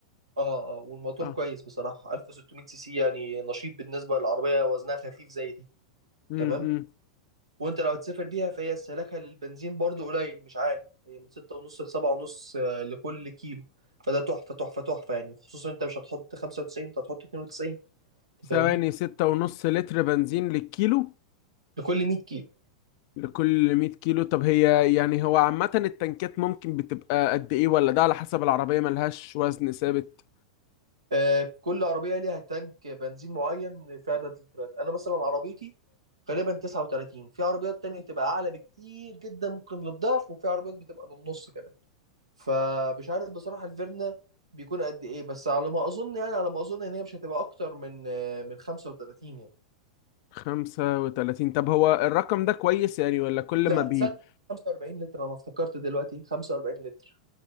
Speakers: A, on the right; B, on the left.
A: اه اه والموتور
B: اه
A: كويس بصراحة 1600 سي سي يعني نشيط بالنسبة للعربية وزنها خفيف زي دي
B: امم
A: تمام وانت لو هتسافر بيها فهي استهلاكها للبنزين برضو قليل مش عالي هي من ستة ونص لسبعة ونص آه، لكل كيلو فده تحفة تحفة تحفة يعني خصوصا انت مش هتحط 95 انت هتحط 92 انت
B: ثواني
A: فاهمني
B: ستة ونص لتر بنزين للكيلو
A: لكل 100 كيلو
B: لكل 100 كيلو طب هي يعني هو عامة التنكات ممكن بتبقى قد ايه ولا ده على حسب العربية ملهاش وزن ثابت
A: آه كل عربية ليها تانك بنزين معين في عدد اللترات انا مثلا عربيتي غالبا 39 في عربيات تانية بتبقى اعلى بكتير جدا ممكن للضعف وفي عربيات بتبقى للنص كمان فمش عارف بصراحة الفيرنا بيكون قد ايه بس على ما اظن يعني على ما اظن ان هي مش هتبقى اكتر من من 35 يعني
B: خمسة وتلاتين طب هو الرقم ده كويس يعني ولا كل
A: لا
B: ما بي
A: تصدق 45 لتر انا افتكرت دلوقتي 45 لتر